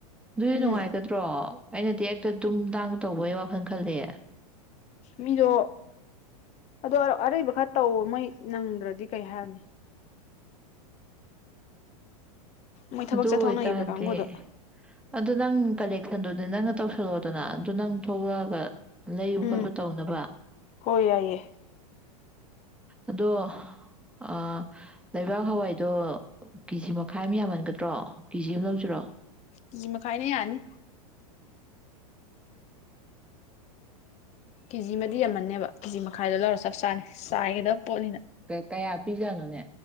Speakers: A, in the centre; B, on the left.
A: ꯑꯗꯨꯗꯤ
B: ꯎꯝ
A: ꯅꯨꯡꯉꯥꯏꯒꯗ꯭ꯔꯣ ꯑꯩꯅꯗꯤ ꯍꯦꯛꯇ ꯗꯨꯝ ꯗꯥꯡ ꯇꯧꯕꯩ ꯋꯥꯈꯜ ꯈꯜꯂꯤ
B: ꯃꯤꯗꯣ ꯑꯗꯣ ꯑꯔꯩꯕ ꯈꯔ ꯇꯧ ꯃꯣꯏ ꯅꯪꯗ꯭ꯔꯗꯤ ꯀꯩ ꯍꯥꯏꯔꯨꯅꯤ ꯃꯣꯏ ꯊꯕꯛ
A: ꯑꯗꯨ
B: ꯆꯠꯊꯣꯛꯅꯩꯕ
A: ꯑꯣꯏꯇꯥꯔꯗꯤ
B: ꯀꯥꯡꯒꯨꯗ
A: ꯑꯗꯨ ꯅꯪ ꯀꯂꯦꯛꯁꯟꯗꯨꯅꯦ ꯅꯪꯅ ꯇꯧꯁꯜꯂꫭꯗꯅ ꯑꯗꯨ ꯅꯪ ꯊꯣꯛꯂꯛꯑꯒ ꯂꯩꯕ
B: ꯎꯝ
A: ꯈꯣꯠꯄ ꯇꯧꯅꯕ
B: ꯍꯣꯏ ꯌꯥꯏꯌꯦ
A: ꯑꯗꯣ ꯑꯥ ꯂꯩꯕꯥꯛ ꯍꯋꯥꯏꯗꯣ ꯀꯦꯖꯤ ꯃꯈꯥꯏ ꯑꯃ ꯌꯥꯝꯃꯟꯒꯗ ꯇ꯭ꯔꯣ ꯀꯦꯖꯤ ꯑꯃ ꯂꯧꯖꯤꯔꯣ
B: ꯀꯤꯖꯤꯃꯈꯥꯏꯅ ꯌꯥꯅꯤ ꯀꯦꯖꯤꯃꯗꯤ ꯌꯥꯝꯃꯟꯅꯦꯕ ꯀꯦꯖꯤ ꯃꯈꯥꯏꯗꯣ ꯂꯧꯔ ꯆꯞ ꯆꯥꯅꯤ ꯆꯥꯏꯒꯗꯕ ꯄꯣꯠꯅꯤꯅ
A: ꯀꯌꯥ ꯄꯤꯖꯥꯅꯣꯅꯦ